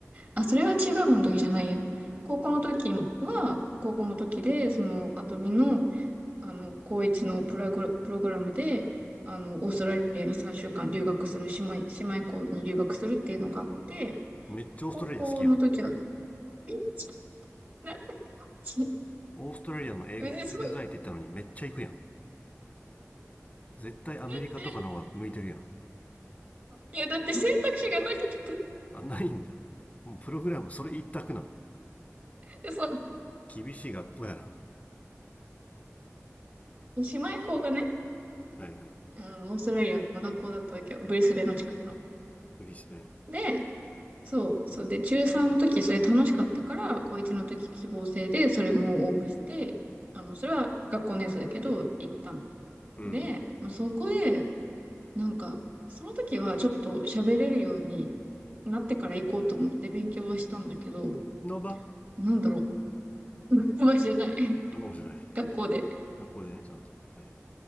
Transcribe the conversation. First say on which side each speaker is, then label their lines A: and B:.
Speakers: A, on the right; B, on the left.
A: あ、それは中学の時じゃないや。高校の時は、高校の時で、その、あとみのあの、高一のプログラ、プログラムで、あの、オーストラリアに3週間留学する、姉妹、姉妹校に留学するっていうのがあって、
B: めっちゃオーストラリア好きやん。
A: 高校の時は、えちな、ち、
B: オーストラリアの英語聞き出たいって言ったのにめっちゃ行くやん。
A: うね、そう
B: 絶対アメリカとかの方が向いてるやん。
A: だって、いや、だって選択肢がなかった。
B: あないんだもうプログラムそれ一択なの
A: で、そう、
B: 厳しい学校やな
A: 姉妹校がね、
B: はいはい
A: あの、オーストラリアの学校だったわけよ。ブリスベンの近くの。
B: ブリスベン
A: で、そう、そうで、中3の時それ楽しかったから、高1の時希望制で、それも応募して、あの、それは学校のやつだけど、行ったの。
B: うんうん
A: で、まあ、そこで、なんか、その時はちょっと喋れるようになってから行こうと思って勉強はしたんだけど、
B: ノバ
A: なんだろう。<laughs> うまいじゃない。<laughs>
B: あノバじゃない
A: 学校で。
B: 学校でねちゃんとはい